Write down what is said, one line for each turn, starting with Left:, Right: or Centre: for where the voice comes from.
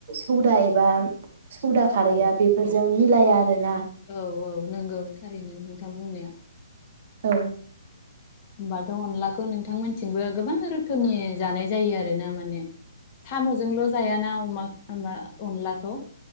Right: हौदा एबा सौदा खारैया
Left: औ
Right: बेफोरजों मिलाया आरोना
Left: औ औ नोंगौ थारैनो नोंथां बुंनाया
Right: औ
Left: होमबाथ' अनलाखौ नोंथांमोनथिंबो गोबां रोखोमनि जानाय जायो आरो ना माने साम'जोंल' जायाना अमा अमा अनलाखौ